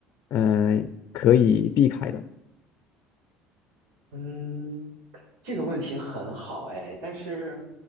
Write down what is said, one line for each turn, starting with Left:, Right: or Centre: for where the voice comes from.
Left: 呃，可以避开的？
Right: 嗯，这个问题很好哎，但是